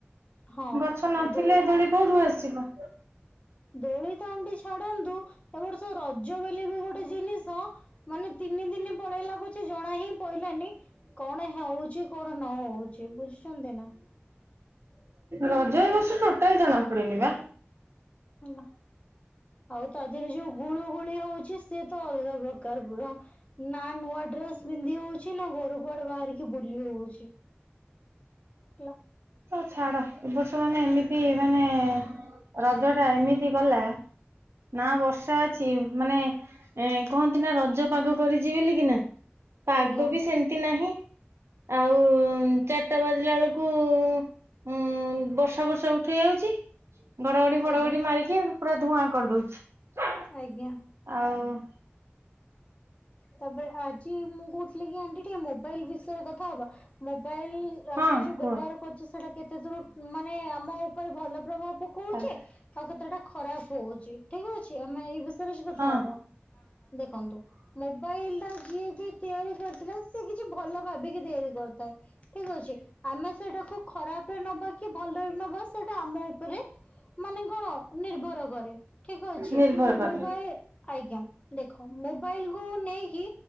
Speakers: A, on the left; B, on the right.
A: ହଁ
B: ଗଛ ନଥିଲେ
A: ଦୋ
B: ଧଳି ଘୋରୁ ଆସିବ
A: ଦୋଳି ତଣ୍ଡି ଛାଡନ୍ତୁ ଏ ରଜ ବୋଲି ବି ଗୋଟେ ଜିନିଷ ମାନେ ତିନି ଦିନ ପଳେଇଲା ପଛେ ଜଣା ହି ପହିଲାନି କଣ ହଉଛି କଣ ନହଉଛି ବୁଝୁଛନ୍ତି ନା? ହ
B: ରଜ ବସ ଟୋଟାଲ ଜଣା ପଡନି ବା
A: ନା ଆଉ ତା ଦେହରେ ଯୋଉ ଗୁଳୁ ଗୁଳି ହଉଛି। ସେ ତ ଅଲଗା ପ୍ରକାର ପୁରା ନା ନୂଆ ଡ୍ରେସ ପିନ୍ଧି ହଉଛି ନା ଘରୁ କୁଆଡେ ବାହାରିକି ବୁଲି ହଉଛି ହେଲା
B: ଛାଡ ଏ ବର୍ଷ ମାନେ ଏମିତି ମାନେ ରଜ ଟା ଏମିତି ଗଲା ନା ବର୍ଷା ଅଛି ମାନେ ଏ କୁହନ୍ତି ନା ରଜ ପାଗ କରିଛି। ଯି କି ନା ପାଗ
A: ଆଜ୍ଞା
B: ବି ସେମତି ନାହିଁ ଆଉ ହ ଚାରଟା ବାଜିଲା ବେଳକୁ ହୁଁ ଉଁ ବର୍ଷା ବର୍ଷା ଉଠେଇ ଯାଉଛି। ଘଡଘଡି ଫଡ
A: ଆଜ୍ଞା
B: ଗଡି ମାରିକି ପୁରା ଧୂଆଁ କରିଦଉଛି।
A: ଆଜ୍ଞା।
B: ଆଉ
A: ତାପରେ ଆଜି ମୁଁ କହୁଥିଲି କି ଆଣ୍ଟି ଟିକେ ମୋବାଇଲ ବିଷୟରେ କଥା ହବା ମୋବାଇଲ ଆମେ
B: ହଁ
A: ଯୋଉ
B: କୁହ
A: ବ୍ୟବହାର କରୁଚେ ସେଇଟା କେତେ ଦୂର ମାନେ ଆମ ଉପରେ ଭଲ ପ୍ରଭାବ ପକଉଚି
B: କାଲି
A: ଆଉ କେତେଟା ଖରାପ ପକଉଛି ଠିକ ଅଛି। ଆମେ ଏଇ ବାସ୍ <unintelligible> କଥା
B: ହଁ
A: ହବା ଦେଖନ୍ତୁ। ମୋବାଇଲ ଟା ଯିଏ ବି ତିଆରି କରିଥିଲା। ସେ କିଛି ଭଲ ଭାବିକି ତିଆରି କରିନାଇ ଠିକ ଅଛି। ଆମେ ସେଇଟାକୁ ଖରାପରେ ନବା କି ଭଲରେ ନବା ସେଇଟା ଆମ ଉପରେ ମାନେ କଣ ନିର୍ଭର କରେ ଠିକ ଅଛି
B: ନିର୍ଭର କରେ
A: ମୋବାଇଲ ଆଜ୍ଞା ଦେଖ। ମୋବାଇଲ କୁ ନେଇକି